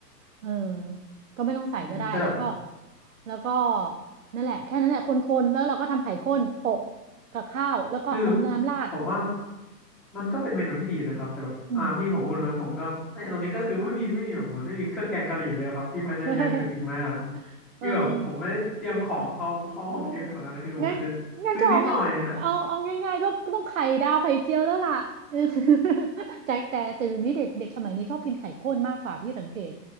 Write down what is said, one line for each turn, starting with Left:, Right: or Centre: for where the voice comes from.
Right: เออก็ไม่ต้องใส่ก็ได้แล้วก็
Centre: อืมแต่แบบ
Right: แล้วก็นั่นแหละแค่นั้นแหละคนๆแล้วเราก็ทำไข่ข้นโปะกับข้าวแล้วก็เอาน้ำราด
Centre: คือผมว่ามันก็เป็นเมนูที่ดีนะครับแต่แบบอ่าพี่ผมพูดแล้วผมก็ในตอนนี้ก็คือไม่มีไม่มีแบบเหมือนไม่มีเครื่องแกงกะหรี่เลยครับพี่พอจะมีอย่างอื่นอีกไหมอะ
Right: อืม <laughs> เออ
Centre: คือแบบผมไม่ได้เตรียมของเข้าเข้าห้องเยอะขนาดนั้นนะคือผมอาจจะซื้อนิดหน่อยอะ
Right: อืมงั้นงั้นก็เอาไงเอาเอาง่ายๆก็ต้องไข่ดาวไข่เจียวแล้วล่ะ <laughs> แต่แต่แต่เดี๋ยวนี้เด็กเด็กสมัยนี้ชอบกินไข่ข้นมากกว่าพี่สังเกต